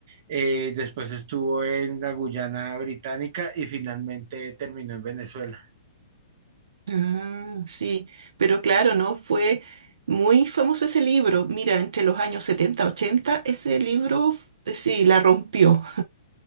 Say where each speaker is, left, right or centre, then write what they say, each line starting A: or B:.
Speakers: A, on the right; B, on the right.
A: eh, después estuvo en la Guyana Británica y finalmente terminó en Venezuela.
B: Ah, sí, pero claro, ¿no? Fue muy famoso ese libro. Mira, entre los años 70 80 ese libro, f- sí, la rompió.